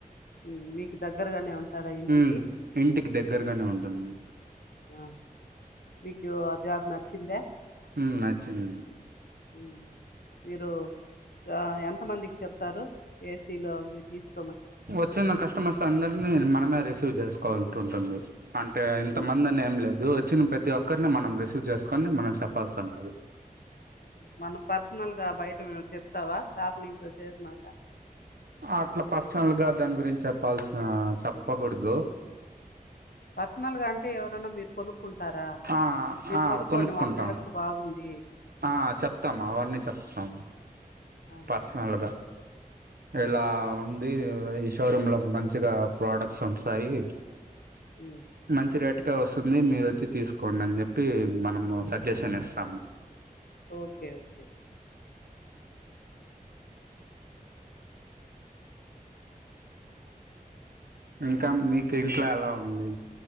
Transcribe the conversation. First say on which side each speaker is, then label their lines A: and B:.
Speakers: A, on the left (about 80°); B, on the right (about 80°).
A: ఉమ్, మీకు దగ్గరగానే ఉంటుందా ఇంటికి
B: ఉమ్ ఇంటికి దగ్గరగానే ఉంటుంది
A: ఆ మీకు ఆ జాబ్ నచ్చిందా
B: ఉమ్ నచ్చింది
A: ఉమ్, మీరు చ ఎంతమందికి చెప్తారు ఏసీలు అవి తీసుకు
B: వచ్చిన కస్టమర్స్ అందరినీ మనమే రిసీవ్ చేసుకోవాలంటుంటుంది అంటే ఇంత
A: ఉమ్.
B: మందిని ఏం లేదు వచ్చిన ప్రతి ఒక్కరిని మనం రిసీవ్ చేసుకొని మనం చెప్పాల్సి ఉంటది
A: మనం పర్సనల్ గా బయట మేము చెప్తావా స్టాప్ నుంచి వచ్చేసినక
B: అట్లా పర్సనల్ గా దాని గురించి చెప్పాల్సిన చెప్పకూడదు
A: పర్సనల్ గా అంటే ఎవరన్నా మీరు కొను కుంటారా
B: ఆ
A: మీరు
B: ఆ
A: కొనుక్కోండి
B: కొనుక్కుంటాం
A: మా ప్రోడక్ట్ బాగుంది
B: ఆ చెప్తాము అవన్నీ చెప్తాము
A: ఆ,
B: పర్సనల్గా
A: ఓకే ఉమ్,
B: ఇలా ఉంది ఈ షోరూమ్ లో మంచిగా ప్రోడక్ట్స్ ఉంటాయి
A: ఉమ్,
B: మంచి రేట్ వస్తుంది మీరు వచ్చి తీసుకోండి అని చెప్పి మనము సజెషన్ ఇస్తాము
A: ఓకే ఓకే
B: ఇంకా మీకు ఇంట్లో ఎలా ఉంది